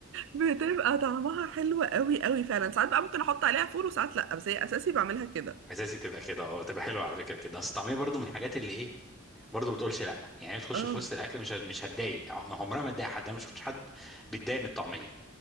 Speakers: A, on the right; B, in the centre.
A: بتبقى طعمها حلو قوي قوي فعلا ساعات بقى ممكن احط عليها فول وساعات لا بس هي اساسي بعملها كده
B: اساسي تبقى كده اه تبقى حلوه على فكره كده اصل الطعميه برضو من الحاجات اللي ايه برضو ما بتقولش لا يعني هي تخش
A: اه
B: في وسط الاكل مش هت- مش هتضايق عم- عمرها ما تضايق حد انا ما شفتش حد بيتضايق من الطعميه